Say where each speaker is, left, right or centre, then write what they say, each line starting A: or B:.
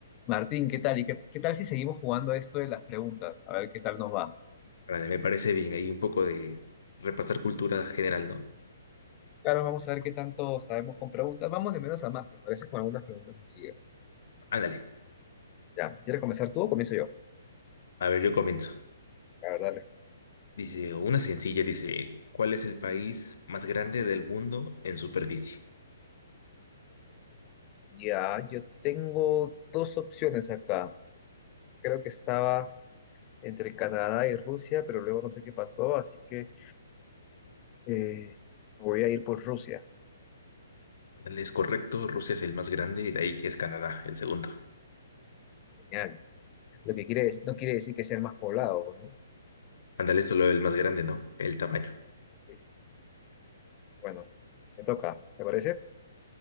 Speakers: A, on the left; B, on the left.
A: Martín, ¿qué tal? ¿Y qué, qué tal si seguimos jugando esto de las preguntas? A ver qué tal nos va.
B: Vale, me parece bien, ahí un poco de repasar cultura general, ¿no?
A: Claro, vamos a ver qué tanto sabemos con preguntas. Vamos de menos a más, me parece, con algunas preguntas sencillas.
B: Ándale,
A: Ya, ¿quieres comenzar tú o comienzo yo?
B: a ver, yo comienzo.
A: A ver, dale.
B: Dice, una sencilla, dice, ¿cuál es el país más grande del mundo en superficie?
A: Ya, yo tengo dos opciones acá. Creo que estaba entre Canadá y Rusia, pero luego no sé qué pasó, así que eh, voy a ir por Rusia.
B: Ándale, es correcto, Rusia es el más grande y de ahí es Canadá, el segundo.
A: Genial. Lo que quiere, no quiere decir que sea el más poblado, ¿no?
B: Ándale, solo el más grande, ¿no? El tamaño.
A: Sí. Bueno, me toca, ¿te parece?